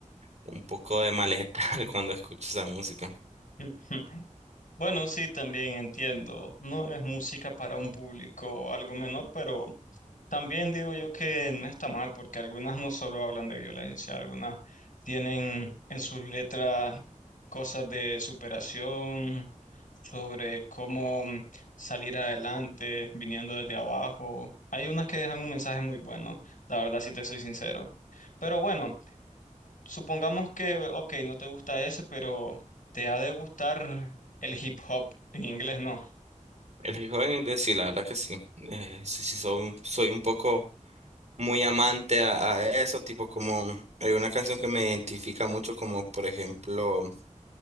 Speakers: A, on the right (about 55°); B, on the left (about 75°).
A: un poco de malestar <laughs> cuando escucho esa música.
B: <laughs> Bueno, sí, también entiendo. No es música para un público algo menor, pero también digo yo que no está mal, porque algunas no solo hablan de violencia, algunas tienen en sus letras cosas de superación, sobre cómo salir adelante viniendo desde abajo. Hay unas que dejan un mensaje muy bueno, la verdad, si te soy sincero. Pero bueno. Supongamos que, ok, no te gusta ese, pero te ha de gustar el hip hop. En inglés no.
A: El hip hop en inglés sí, la verdad que sí. Eh, sí, sí, soy, un- soy un poco muy amante a, a eso, tipo como hay una canción que me identifica mucho como por ejemplo